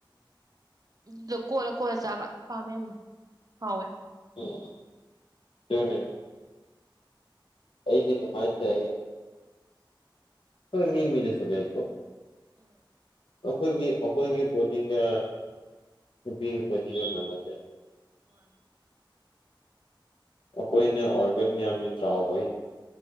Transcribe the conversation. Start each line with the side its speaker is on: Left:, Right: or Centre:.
Right: ꯑꯗꯨꯗ ꯀꯣꯠꯂ ꯀꯣꯠꯂ ꯆꯥꯕ ꯄꯥꯝꯃꯦ ꯌꯥꯝꯅ ꯍꯥꯎꯋꯦ
Left: ꯎꯝ ꯑꯗꯨꯅꯤ ꯑꯩꯗꯤꯗꯨ ꯃꯥꯁ ꯍꯣꯏ ꯃꯤ ꯃꯤꯅꯦꯁꯨꯒꯀꯣ
Right: ꯎꯝ
Left: ꯑꯩꯈꯣꯏꯒꯤ ꯑꯩꯈꯣꯏꯒꯤ ꯕꯣꯗꯤꯒ ꯅꯨꯄꯤꯒ ꯕꯣꯗꯤꯒ ꯃꯥꯟꯅꯗꯦ
Right: ꯑ
Left: ꯑꯩꯈꯣꯏꯅ ꯑꯣꯔꯒꯦꯟ ꯃꯌꯥꯝꯗꯣ ꯆꯥꯎꯕ